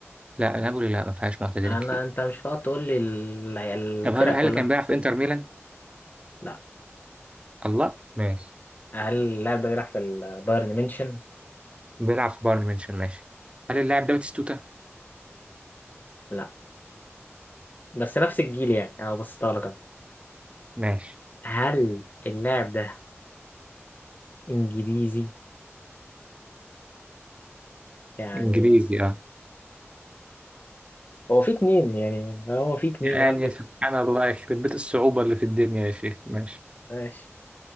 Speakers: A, on the right; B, on the left.
A: لا نابولي لا ما فيهاش معتزلين
B: انا
A: كتير
B: انت مش هتقعد تقول لي ال- الفرق
A: طب هل هل
B: كلها
A: كان بيلعب في انتر ميلان
B: لا
A: الله ماشي
B: هل اللاعب ده بيلعب في البايرن ميونشن؟
A: بيلعب في بايرن ميونخ ماشي هل اللاعب ده باتيستوتا
B: لا بس نفس الجيل يعني انا بصيتها لك أهو.
A: ماشي
B: هل اللاعب ده انجليزي؟ يعني
A: انجليزي اه
B: هو في اتنين يعني هو في اتنين
A: يعني
B: قلبك
A: سبحان الله يخرب بيت الصعوبة اللي في الدنيا يا شيخ ماشي
B: ماشي